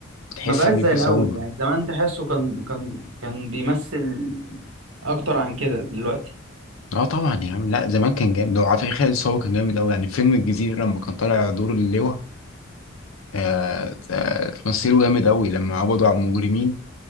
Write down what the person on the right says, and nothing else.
ما بقاش
زي
الاول
يعني زمان تحسه كان كان كان بيمثل اكتر عن كده دلوقتي